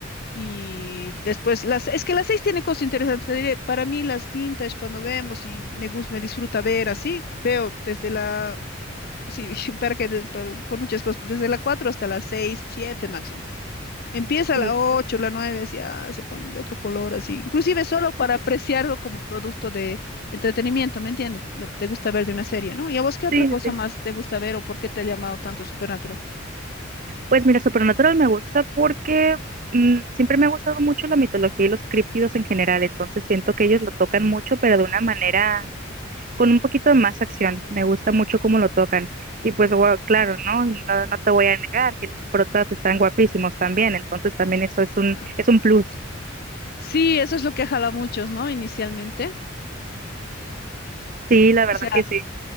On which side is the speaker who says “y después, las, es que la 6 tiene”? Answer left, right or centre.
Left